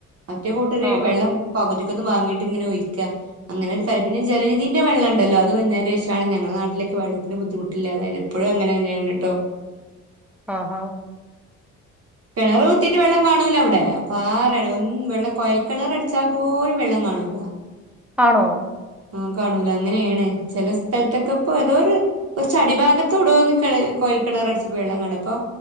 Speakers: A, on the right; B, in the centre.
A: മറ്റേ കൂട്ടരു
B: ആഹാ
A: വെള്ളം പകുതി ഇത് വാങ്ങിട്ട് ഇങ്ങനെ ഒഴിക്കുക അങ്ങനെ ഒരു ജലനിധീന്റെ വെള്ള ഉണ്ടല്ലോ അത് വന്നതി ശേഷമാണ് ഞങ്ങളുടെ നാട്ടില വെള്ളത്തിന് ബുദ്ധിമുട്ടില്ല അതായത് ഇപ്പോഴും അങ്ങന തന്നെയാണ് കേട്ടോ.
B: ആഹ് ഹാ
A: കിണർ കുത്തിട്ട് വെള്ളം കാണൂല അവിടെ അപ്പൊ ആ റേ വെള്ളം കോയൽ കിണർ അടിച്ചാപോലും വെള്ളം കാ കാണുല്ലാ
B: ആണോ?
A: ആഹ് കാണൂല അങ്ങനെയാണ് ചില സ്ഥലത്തൊക്കെ ഇപ്പോ തോ ഒരു കുറച്ച് അടിഭാഗ ത്തൊടോ ന്ന് കെ <unintelligible> കൊഴൽ കെണറട്ച്ച പൊ വെള്ളം കണ്ടപ്പോ